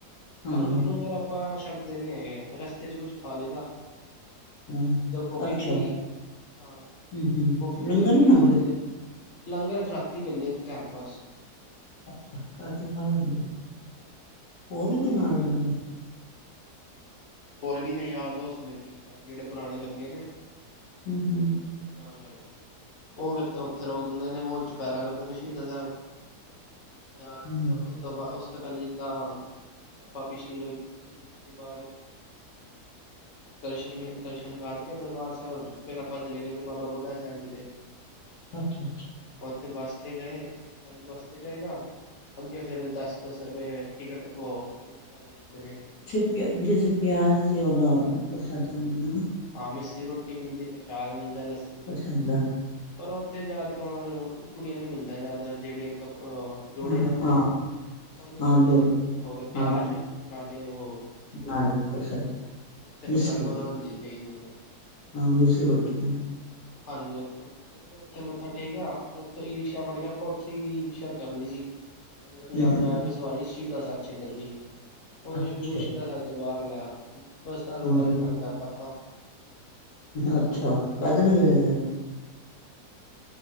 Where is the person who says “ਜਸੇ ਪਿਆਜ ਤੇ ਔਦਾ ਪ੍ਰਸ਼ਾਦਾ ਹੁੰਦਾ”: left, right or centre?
Left